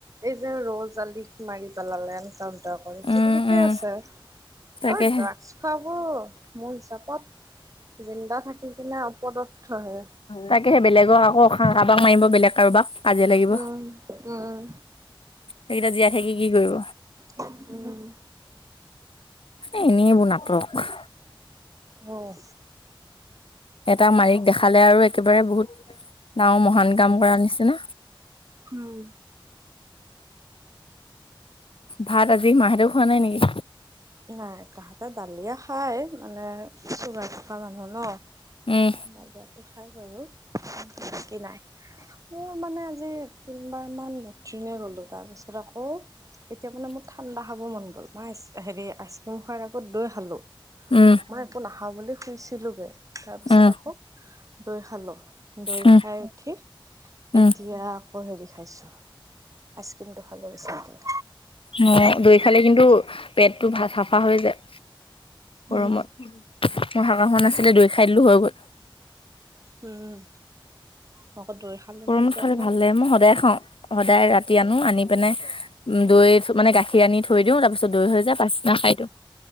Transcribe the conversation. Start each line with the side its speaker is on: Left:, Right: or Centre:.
Right: এই যে ৰজ আলিক মাৰি পেলালে এন সেইটো
Left: উম
Right: ঠিকেই
Left: উম
Right: আছে।
Left: তাকেহে
Right: আৰু ড্ৰাগছ খোৱাবোৰ মোৰ হিচাপত জিন্দা থাকি কিনে অপদথ হে।
Left: তাকে সে বেলেগক আকৌ কাৰোবাক মাৰিব বেলেগ কাৰোবাক। কাজিয়া লাগিব।
Right: উম উম
Left: সেইকেইটা জীয়াই থাকি কি কৰিব।
Right: উম।
Left: এ এনে এবোৰ নাটক।
Right: অ।
Left: এটা মাৰিক দেখালে আৰু একেবাৰে বহুত দাঙ মহান কাম কৰা নিচিনা।
Right: হম।
Left: ভাত আজি মা হেতেও খোৱা নাই নেকি?
Right: নাই তাহাঁতে দালিয়ে খাই, মানে চুগাৰ থকা মানুহ ন।
Left: উম,
Right: বালিয়াটো খাই বাৰু, বাকি নাই। মই মানে আজি তিনিবাৰমান লেট্ৰিনে গ'লোঁ। তাৰপিছত আকৌ এতিয়া মানে মোৰ ঠাণ্ডা খাব মন গ'ল। মই হেৰি আইচক্ৰীম খোৱাৰ আগত দৈ খালো।
Left: উম,
Right: মই একো নাখাও বুলি শুইছিলোগে তাৰ পিছত
Left: উম,
Right: আকৌ লৈ খালো। দৈ
Left: উম,
Right: খাই উঠি
Left: উম,
Right: এতিয়া আকৌ হেৰি খাইছোঁ, আইচক্ৰীমটো খালোঁ বিচাৰটিলৈ।
Left: অ, দৈ খালে কিন্তু পেটটো ভা চাফা হৈ যায় গৰমত।
Right: উম
Left: মোৰ হাগাখন আছিলে দৈ খাই দিলো হৈ গ'ল।
Right: উম, মক' দৈ খালো
Left: গৰমত
Right: ন এতিয়া
Left: খালে
Right: মানে।
Left: ভাল লাগে মই সদায় খাওঁ, সদায় ৰাতি আনো আনি পিনে ওম
Right: উম
Left: দৈ টো মানে গাখীৰ আনি থৈ দিওঁ তাৰ পিছত দৈ হৈ যায় পাছদিনা খাই দিওঁ।